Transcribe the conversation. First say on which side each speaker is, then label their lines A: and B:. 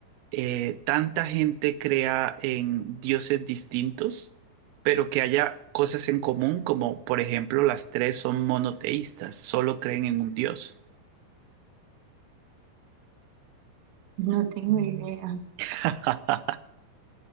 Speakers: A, on the right; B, on the right.
A: eh, tanta gente crea en dioses distintos, pero que haya cosas en común, como por ejemplo las tres son monoteístas, solo creen en un dios?
B: no tengo idea.
A: <laughs>